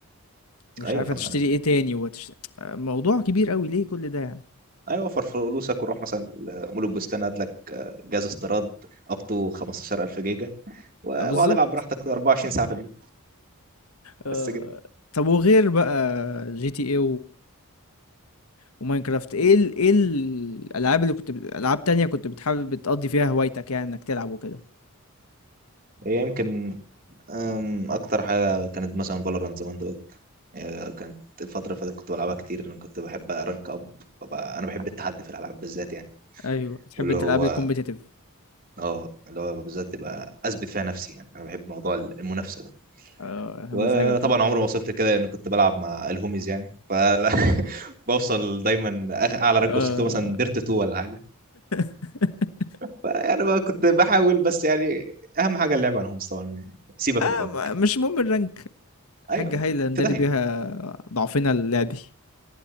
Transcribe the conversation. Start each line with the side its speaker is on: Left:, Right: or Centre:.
Left: ومش
Right: ايوه
Left: عارف
Right: ف
Left: هتشتري ايه تاني وهتشتري موضوع كبير قوي ليه كل ده يعني
Right: ايوه وفر فلوسك وروح مثلا مول البستان هات لك جهاز استيراد اب تو 15000 جيجا و- واقعد
Left: آه بالظبط
Right: العب براحتك 24 ساعه في اليوم
Left: آه
Right: بس كده
Left: طب وغير بقى جي تي ايه وماينكرافت ايه ال... ايه الالعاب اللي كنت بت... العاب تانية كنت بتحب بتقضي فيها هوايتك يعني انك تلعب وكده
Right: هي يمكن أم، اكتر حاجه كانت مثلا فالورانت زي ما انت قلت هي كانت الفتره اللي فاتت كنت بلعبها كتير لان كنت بحب ارانك اب ببقى- انا بحب التحدي في الالعاب بالذات يعني
Left: ايوه بتحب
Right: واللي
Left: انت
Right: هو
Left: الالعاب الكومبيتيتيف
Right: اه اللي هو بالذات تبقى اثبت فيها نفسي يعني انا بحب موضوع المنافسه ده
Left: اه
Right: وطبعا
Left: مزاجك يا ميدو
Right: عمري
Left: <laughs>
Right: ما وصلت لكده لان كنت بلعب مع الهوميز يعني فلا بوصل <laughs> دايما آخر- اعلى رانك
Left: اه
Right: وصلت له مثلا ديرت 2 ولا حاجه
Left: <laughs>
Right: فيعني بقى كنت بحاول بس يعني اهم حاجه اللعب على الهوميز طبعا سيبك
Left: آه،
Right: من الرانك
Left: ما- مش مهم الرانك حاجة
Right: ايوه
Left: هايلة نداري
Right: في داهيه
Left: بيها ضعفنا اللعبي <laughs>